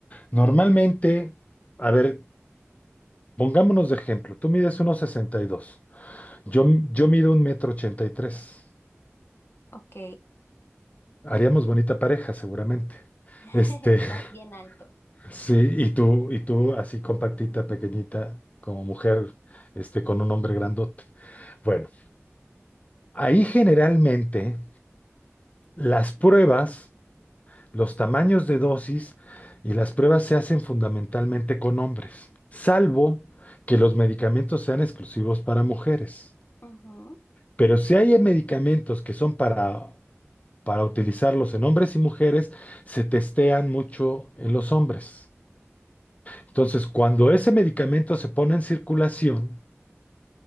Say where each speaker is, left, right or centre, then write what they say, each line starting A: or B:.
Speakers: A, on the left; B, on the left.
A: Normalmente, a ver, pongámonos de ejemplo, tú mides unos sesenta y dos Yo, yo mido un metro ochenta y tres.
B: Ok,
A: Haríamos bonita pareja, seguramente.
B: <laughs>
A: Este, <laughs>
B: estás bien alto.
A: sí, y tú, y tú así compactita, pequeñita, como mujer, este, con un hombre grandote. Bueno, ahí generalmente las pruebas, los tamaños de dosis y las pruebas se hacen fundamentalmente con hombres, salvo que los medicamentos sean exclusivos para mujeres.
B: Ujú.
A: Pero si hay medicamentos que son para para utilizarlos en hombres y mujeres, se testean mucho en los hombres. Entonces, cuando ese medicamento se pone en circulación,